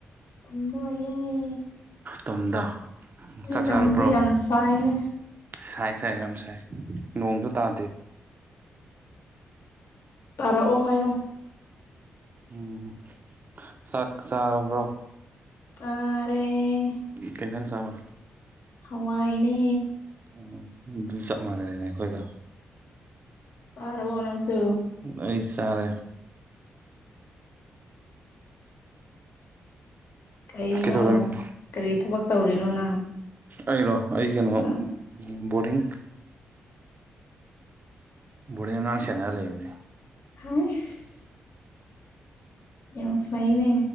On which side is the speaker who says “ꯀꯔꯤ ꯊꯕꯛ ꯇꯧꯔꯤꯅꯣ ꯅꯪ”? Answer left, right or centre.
Left